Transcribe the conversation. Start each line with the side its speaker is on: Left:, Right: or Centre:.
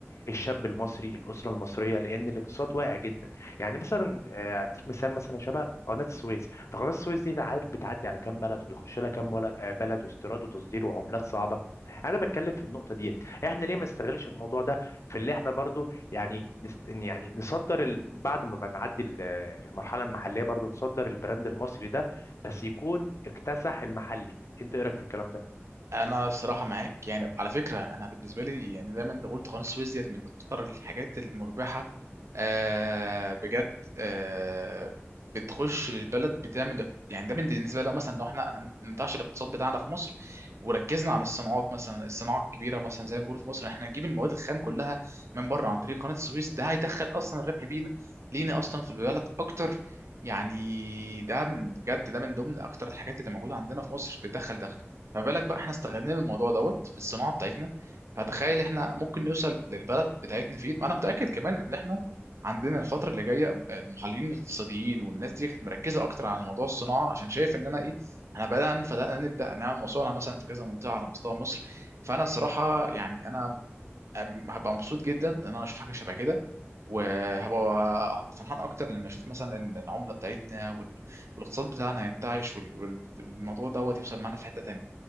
Left: الشاب المصري الاسره المصريه لان الاقتصاد واقع جدا يعني مثلا آه، اديك مثال مثلا شبه قناه السويس طب قناه السويس دي عارف بتعدي على كام بلد وبيخش لها كام ولا- آه، بلد واستيراد وتصدير وعملات صعبه انا بتكلم في النقطه ديت احنا ليه ما نستغلش الموضوع ده في اللي احنا برضو يعني نست... يعني نصدر ال... بعد ما نعدي ال- المرحله المحليه برضو نصدر البراند المصري ده بس يكون اكتسح المحلي انت ايه رايك في الكلام ده
Right: انا صراحه معاك يعني على فكره انا بالنسبه لي يعني زي ما انت قلت قناه السويس ديت من اكتر الحاجات المربحه آه بجد آه بتخش للبلد بتعمل يعني ده من بالنسبه لو مثلا لو احنا أنا ننتعش الاقتصاد بتاعنا في مصر وركزنا على الصناعات مثلا الصناعه الكبيره مثلا زي ما بيقولوا في مصر احنا نجيب المواد الخام كلها من بره عن طريق قناه السويس ده هيدخل اصلا الربح بينا لينا اصلا في البلد اكتر يعني ده من بجد ده من ضمن اكتر الحاجات اللي موجوده عندنا في مصر بتدخل دخل فما بالك بقى احنا استغلينا الموضوع دوت في الصناعه بتاعتنا فتخيل احنا ممكن نوصل للبلد بتاعتنا فين وانا متاكد كمان ان احنا عندنا الفتره اللي جايه المحللين الاقتصاديين والناس دي كانت مركزه اكتر على موضوع الصناعه عشان شايف ان انا ايه احنا بدانا بدانا نبدا نعمل مصانع مثلا في كذا منطقه على مستوى مصر فانا الصراحه يعني انا أم- هبقى مبسوط جدا ان انا اشوف حاجه شبه كده وهبقى فرحان اكتر لما اشوف مثلا ان العمله بتاعتنا وال... والاقتصاد بتاعنا ينتعش وال... والموضوع دوت يوصل معانا في حته تانية